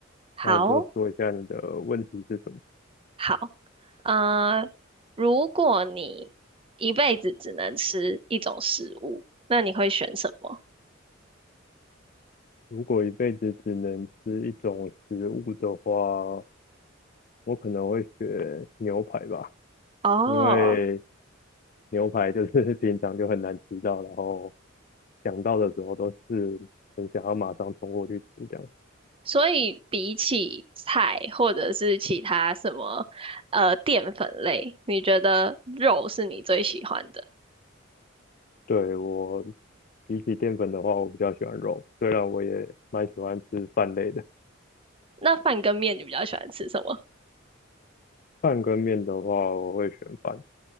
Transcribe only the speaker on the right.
好，
好，呃，如果你一辈子只能吃一种食物，那你会选什么？
哦，
所以比起菜或者是其他什么呃淀粉类，你觉得肉是你最喜欢的？
那饭跟面你比较喜欢吃什么？